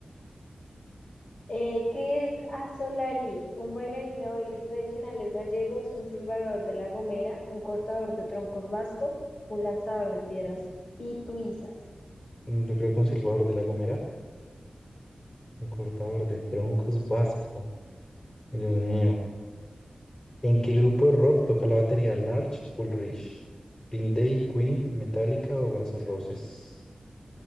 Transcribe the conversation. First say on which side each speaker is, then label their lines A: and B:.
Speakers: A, on the left; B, on the left.
A: Eh, ¿qué es Asolari? Un bailarín de bailes tradicionales gallegos, un silbador de La Gomera, un cortador de troncos vasco, un lanzador de piedras pituizas.
B: Mm, Yo creo que un silbador de La Gomera, un cortador de troncos vasco. Dios mío. ¿En qué grupo de rock toca la batería Large Ulrich? Green Day, Queen, Metallica o Guns N' Roses?